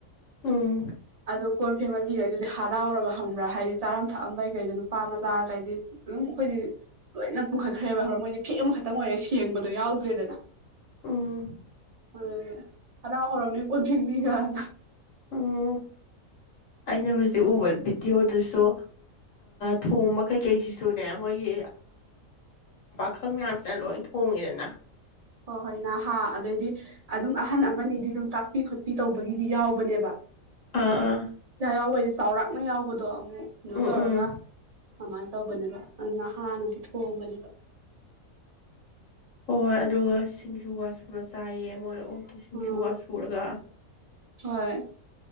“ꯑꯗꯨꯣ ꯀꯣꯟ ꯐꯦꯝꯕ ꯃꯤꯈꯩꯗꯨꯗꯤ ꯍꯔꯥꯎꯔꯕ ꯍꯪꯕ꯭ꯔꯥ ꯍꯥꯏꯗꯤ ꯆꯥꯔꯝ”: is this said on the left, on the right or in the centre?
Right